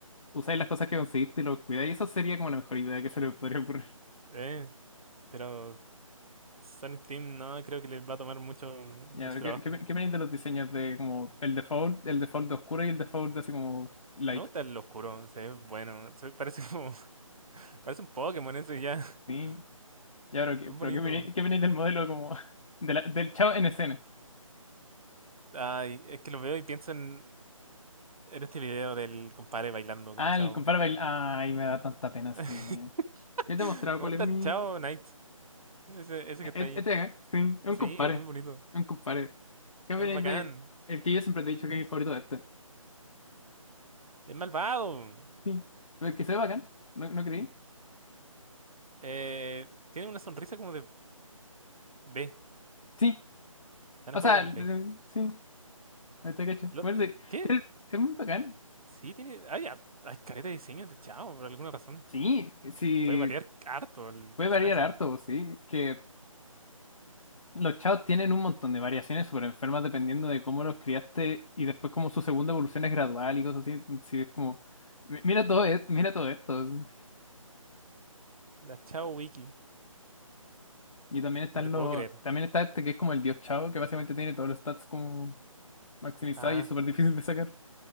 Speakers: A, on the left; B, on the right.
A: usáis las cosas que conseguiste y los cuidáis. Eso sería como la mejor idea que se le podría ocurrir. <laughs>
B: Eh, pero Sonic Team no creo que les va a tomar mucho, mucho
A: Ya, pero
B: trabajo.
A: ¿qué, qué, me- qué me dices de los diseños de como el default, el default de oscuro y el default de así como light?
B: Me gusta el oscuro, se ve bueno. se- parece como, <laughs> parece un Pokémon eso y ya. <laughs>
A: ¿Sí? Ya, pero ¿qué,
B: Es
A: pero
B: bonito.
A: qué, me- qué me dices del modelo como <laughs> de la- del Chao en escena?
B: Ay, es que lo veo y pienso en En este video del compadre bailando como
A: Ah,
B: chavo.
A: el compadre bail- Ay, me da tanta pena ese
B: <laughs>
A: video. Ya te he mostrado
B: Me
A: cuál
B: gusta
A: es mi,
B: el chavo Knight. Ese, ese
A: E-
B: que está
A: Este
B: ahí.
A: de acá, sí, es
B: Sí,
A: un compadre.
B: es muy bonito.
A: Es un compadre. ¿Qué
B: Es
A: opináis
B: bacán.
A: de el que yo siempre te he dicho que es mi favorito de este?
B: Es malvado.
A: Sí. Pero el que se ve bacán, ¿no, no creí?
B: Eh, tiene una sonrisa como de B.
A: Sí.
B: Está enojado
A: O sea,
B: con
A: eh,
B: B.
A: sí, ahí está cacho.
B: Lo,
A: Bueno, sí.
B: tiene-
A: Tiene- Es muy bacán.
B: sí, tiene. Hay, har- hay careta de diseños de chao por alguna razón.
A: Sí, sí,
B: Puede variar harto el
A: puede
B: personaje.
A: variar harto, sí. Que los chavos tienen un montón de variaciones súper enfermas dependiendo de cómo los criaste y después como su segunda evolución es gradual y cosas así. Sí, es como, mi- mira todo, e- mira todo esto. sí".
B: La chao wiki.
A: Y también están
B: No te
A: los,
B: puedo creer.
A: también está este que es como el dios Chao, que básicamente tiene todos los stats como maximizados
B: Ah,
A: y es súper <laughs> difícil de sacar